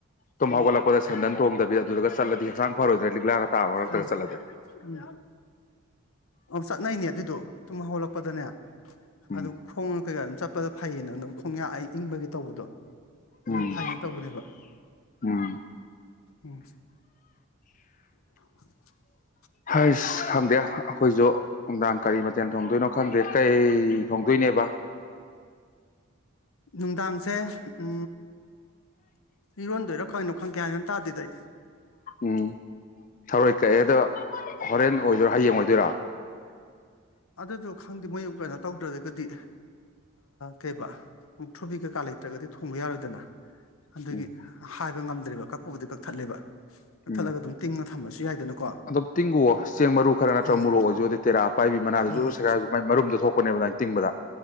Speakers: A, on the left; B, on the left.
A: ꯇꯨꯝ
B: ꯎꯝ
A: ꯍꯧꯒꯠꯂꯛꯄꯗ ꯁꯦꯟꯗꯟ ꯊꯣꯡꯗꯕꯤ ꯑꯗꯨꯗꯨꯒ ꯆꯠꯂꯗꯤ ꯍꯛꯆꯥꯡ ꯐꯔꯣꯏꯗ꯭ꯔ ꯂꯤꯛꯂꯥꯒ ꯇꯥꯕ ꯃꯔꯛꯇꯒ
B: ꯎ ꯎ
A: ꯆꯠꯂꯗꯤ
B: ꯑꯣ ꯆꯠꯅꯩꯅꯦ ꯑꯗꯨꯗꯣ ꯇꯨꯝ ꯍꯧꯂꯛꯄ ꯎꯄꯗꯅ
A: ꯎꯝ
B: ꯑꯗꯨꯝ ꯈꯣꯡꯉ ꯀꯩꯀꯥ ꯑꯗꯨꯝ ꯆꯠ ꯆꯠꯄꯗ ꯐꯩꯌꯦꯅꯪ ꯑꯗꯨ ꯈꯣꯡꯌꯥ ꯑꯩ ꯏꯪꯕꯒꯤ ꯇꯧꯕꯗꯣ ꯑꯗꯨꯗ
A: ꯎꯝ
B: ꯐꯩꯌꯦꯅ ꯇꯧꯕꯅꯦꯕ
A: ꯎꯝ
B: ꯎꯝ <inaudible>
A: ꯍꯁ ꯈꯪꯗꯦ ꯑꯩꯈꯣꯏꯁꯨ ꯅꯨꯡꯗꯥꯡ ꯀꯔꯤ ꯀꯇꯦꯟ ꯊꯣꯡꯗꯣꯏꯅꯣ ꯈꯪꯗꯦ ꯇꯇꯩ ꯊꯣꯡꯗꯣꯏꯅꯦꯕ
B: ꯅꯨꯡꯗꯥꯡꯁꯦ ꯎ ꯏꯔꯣꯟꯗꯣꯏꯔꯥ ꯀꯪꯩꯅꯣ ꯈꯪ ꯀꯦ ꯍꯥꯏꯅ ꯇꯥꯗꯦꯗꯗꯤ
A: ꯎꯝ ꯊꯔꯣꯏ ꯀꯛꯑꯦꯗ ꯍꯣꯔꯦꯟ ꯑꯣꯏꯗꯣꯏꯔꯥ ꯍꯌꯦꯡ ꯑꯣꯏꯗꯣꯏꯔꯥ
B: ꯑꯗꯨꯗꯣ ꯈꯪꯗꯦ ꯃꯣꯏ ꯀꯩꯅꯣ ꯇꯧꯗ꯭ꯔꯒꯗꯤ ꯀꯩꯕ ꯃꯨꯛ ꯊꯨꯕꯤ ꯀꯩꯀꯥ ꯂꯩꯇ꯭ꯔꯒꯗꯤ ꯊꯣꯡꯕ ꯌꯥꯔꯣꯏꯗꯅ ꯑꯗꯨꯒꯤ
A: ꯎꯝ
B: ꯍꯥꯏ ꯄꯕ ꯉꯝꯗ꯭ꯔꯕ ꯀꯛꯄꯕꯨꯗꯤ ꯀꯛꯊꯠꯂꯦꯕ
A: ꯎꯝ
B: ꯊꯂꯒ ꯑꯗꯨꯝ ꯇꯤꯡꯅ ꯊꯝꯃꯁꯨ ꯌꯥꯏꯗꯅ
A: ꯑꯗꯨꯝ ꯇꯤꯡꯒꯨꯑꯣ ꯆꯦꯡ ꯃꯔꯨ ꯈꯔ ꯅꯠꯇ꯭ꯔꯒ
B: ꯎꯝ
A: ꯃꯣꯔꯣꯛ ꯑꯣꯏꯖꯗꯤ ꯇꯦꯔꯥ ꯄꯥꯏꯕꯤ ꯃꯅꯥꯗꯨꯁꯨ
B: ꯎꯝ
A: ꯁꯦꯒꯥꯏꯔꯁꯨ ꯃꯥꯏ ꯃꯔꯨꯝꯗꯣ ꯊꯣꯛꯄꯅꯦꯕ ꯑꯗꯨꯃꯥꯏꯅ ꯇꯤꯡꯕꯗ